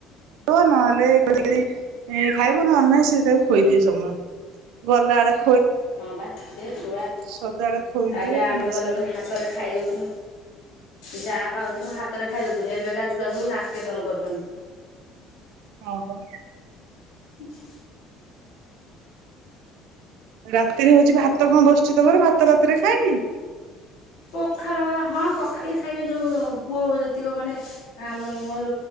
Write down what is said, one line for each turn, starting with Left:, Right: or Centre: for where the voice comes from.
Right: ହ ନହେଲେ କ <unintelligible> ଖାଇବ ନହେଲେ ନାହିଁ ସେ ତାକୁ ଖୋଇଦିଏ ସମ ଗଲା ବେଳେ।
Left: ହଁ ବା ସିଏ ଛୁଆ
Right: ସଦାବେଳେ ଖୋଇଦିଏ
Left: ଆଗେ ଆମେ
Right: ନହେଲେ
Left: ଗଲେ
Right: ସେ
Left: ପୁଣି ହାତରେ ଖାଇଦଉଥୁନୁ। ଯାହା ପାଉଥିଲୁ ହାତରେ ଖାଇ ଦଉଥିଲୁ ଏବେକା ଛୁଆ ସବୁ ନାକେ ଦମ କରୁଛନ୍ତି।
Right: ଓହୋ।
Left: ଆ
Right: ରାତିରେ ହଉଛି ଭାତ କଣ ବସିଛି ତମର ଭାତ ରାତିରେ ଖାଆକି?
Left: ପଖାଳ ବା ହଁ ପଖା ଖାଇବେ ଯେଉଁ ପୁଅ ଯେତିକ ମାନେ ମୋର